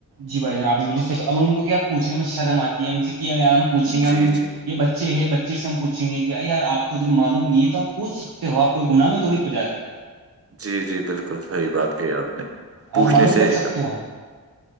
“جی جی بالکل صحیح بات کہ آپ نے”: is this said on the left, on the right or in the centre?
Right